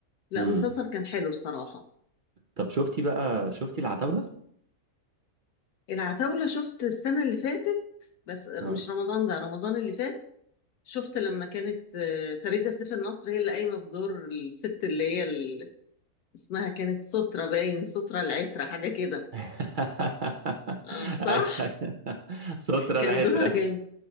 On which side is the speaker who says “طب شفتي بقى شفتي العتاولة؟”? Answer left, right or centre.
Right